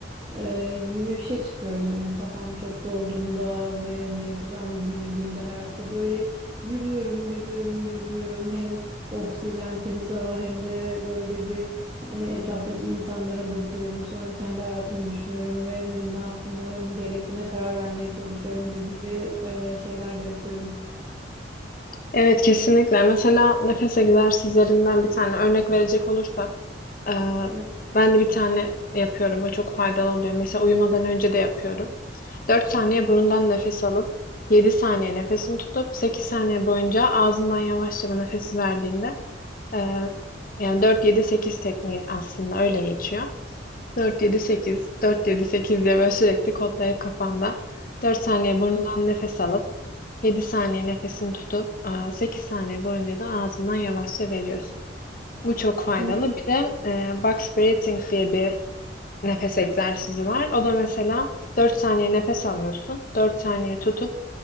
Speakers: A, on the right; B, on the left.
A: Ee, yürüyüşe çıkıyorum hani kafam çok dolduğunda ve ne yapacağımı bilmediğimde hayatta böyle yürüyorum yürüyorum yürüyorum hem oksijen temiz hava hem de böyle bir hani etraftaki insanlara bakıyorum sonra kendi hayatımı düşünüyorum ve hani ne yapmam gerektiğine karar vermeye çalışıyorum gibi e, şeyler de yapıyorum.
B: Evet, kesinlikle. Mesela nefes egzersizlerinden bir tane örnek verecek olursak, e,
A: Hı.
B: ben de bir tane yapıyorum. O çok faydalı oluyor. Mesela uyumadan önce de yapıyorum. 4 saniye burundan nefes alıp, 7 saniye nefesini tutup, 8 saniye boyunca ağzından yavaşça bu nefesi verdiğinde Ee, yani dört yedi sekiz tekniği aslında öyle geçiyor. Dört yedi sekiz dört yedi 8 diye böyle sürekli kodlayıp kafanda dört saniye burnundan nefes alıp 7 saniye nefesini tutup e, 8 saniye boyunca da ağzından yavaşça veriyorsun. Bu çok faydalı.
A: Hı.
B: Bir de e, box breathing diye bir nefes egzersizi var. O da mesela 4 saniye nefes alıyorsun. 4 saniye tutup